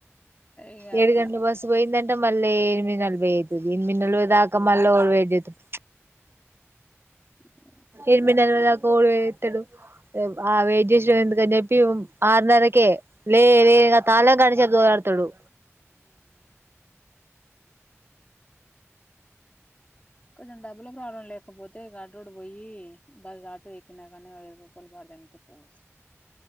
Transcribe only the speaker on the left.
ఇగ
అట్లా
<inaudible>
ఆ కొంచెం డబ్బుల ప్రాబ్లం లేకపోతే ఘాట్ రోడ్ పోయి బా ఆటో ఎక్కినా కానీ ఇరవై రూపాయలు పాడ దెంగితే పోవచ్చు.